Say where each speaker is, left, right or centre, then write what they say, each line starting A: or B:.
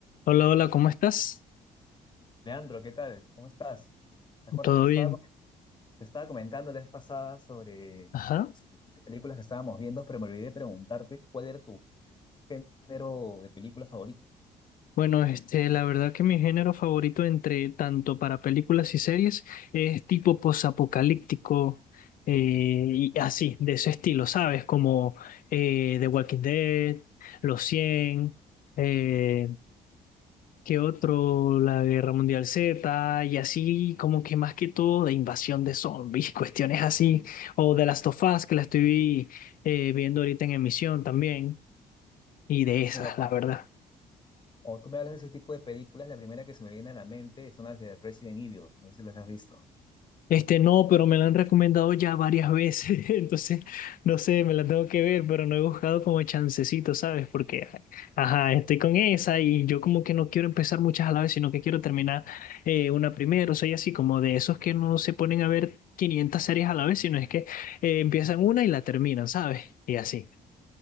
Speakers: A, on the left; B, on the left.
A: Hola, hola, ¿cómo estás?
B: Leandro, ¿qué tal? ¿Cómo estás? ¿Te acuerdas
A: ¿Todo
B: que te
A: bien?
B: estaba, comen- te estaba comentando la vez pasada sobre
A: Ajá.
B: sobre películas que estábamos viendo, pero me olvidé de preguntarte cuál era tu género de película favorito?
A: Bueno, este, la verdad que mi género favorito entre tanto para películas y series es tipo posapocalíptico eh, y así, de ese estilo, ¿sabes? Como eh, The Walking Dead, Los cien eh, ¿qué otro? La Guerra Mundial Z y así como que más que todo de invasión de zombies, <laughs> cuestiones así, o The Last of Us que la estoy eh, viendo ahorita en emisión también. Y de esas,
B: Mira, cuando,
A: la verdad.
B: cuando tú me hablas de ese tipo de películas, la primera que se me viene a la mente son las de Resident Evil, no sé si las has visto.
A: Este no, pero me la han recomendado ya varias veces, <laughs> entonces no sé, me la tengo que ver, pero no he buscado como chancecito, ¿sabes? Porque, ajá, estoy con esa y yo como que no quiero empezar muchas a la vez, sino que quiero terminar eh, una primero. Soy así como de esos que no se ponen a ver 500 series a la vez, sino es que eh, empiezan una y la terminan, ¿sabes? Y así.